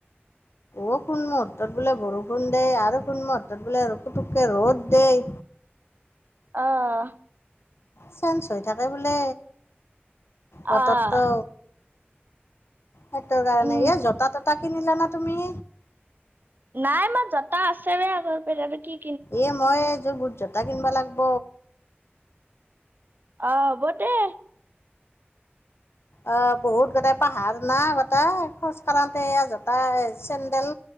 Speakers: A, on the left; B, on the right.
A: অ কোন মুহূৰ্তত বোলে বৰষুণ দেই আৰু কোন মুহূৰ্তত বোলে পুটোককে ৰ'দ দেই
B: অহ
A: চেঞ্জ হৈ থাকে বোলে বতৰতো
B: আহ
A: সেতু কাৰণে
B: উম
A: ইয়া জতা ততা জোতা কিনিলানে তুমি
B: নাই মই জোত তাৰ আছে মানে আগৰ পেৰা পেতি
A: এ মই বোট জোতা কিনব লাগব
B: অহ হ'ব দে
A: অহ বহুত গোটেই পাহাৰ না গোটে খোজ কঢ়াতে জতা চেণ্ডেল